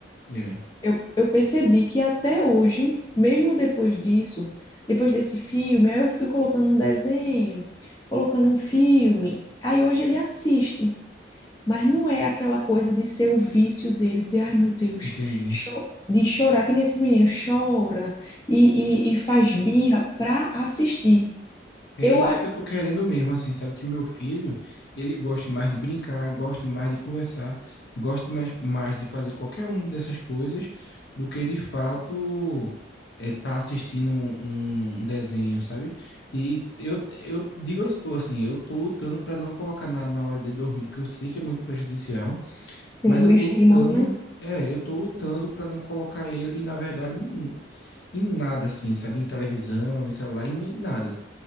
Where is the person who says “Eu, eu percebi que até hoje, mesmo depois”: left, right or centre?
Left